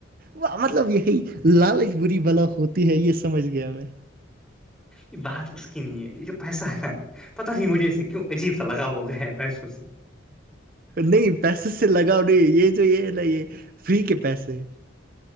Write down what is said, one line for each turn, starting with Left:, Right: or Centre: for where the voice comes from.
Right: وہ مطلب یہی لالچ بری بلا ہوتی ہے یہ سمجھ گیا میں
Centre: یہ بات اس کی نہیں ہے یہ جو پیسہ ہے نا پتا نہیں مجھے اس سے کیوں عجیب سا لگا ہو گیا ہے پیسوں سے
Right: نہیں پیسے سے لگاؤ نہیں یہ جو یہ ہے نا یہ فری کے پیسے ہیں